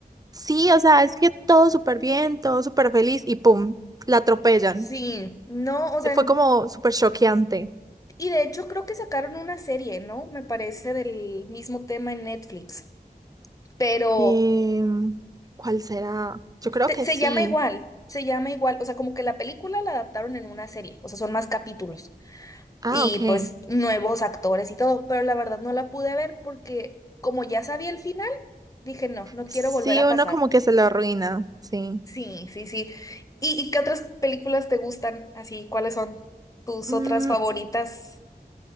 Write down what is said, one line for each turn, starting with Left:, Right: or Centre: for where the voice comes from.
Right: Sí, o sea, es que todo súper bien, todo súper feliz y pum, la atropellan.
Left: Sí, no, o sea,
Right: Fue como súper choqueante.
Left: Y de hecho creo que sacaron una serie, ¿no? Me parece del mismo tema en Netflix, pero
Right: Em, ¿cuál será? Yo creo
Left: te-
Right: que
Left: se
Right: sí.
Left: llama igual, se llama igual, o sea, como que la película la adaptaron en una serie, o sea, son más capítulos
Right: Ah,
Left: y
Right: ok.
Left: pues nuevos actores y todo, pero la verdad no la pude ver porque como ya sabía el final, dije, no, no
Right: Sí,
Left: quiero volver a
Right: uno
Left: pasar.
Right: como que se lo arruina, sí.
Left: Sí, sí, sí. ¿Y, y qué otras películas te gustan? Así, ¿cuáles son tus
Right: Mm,
Left: otras favoritas?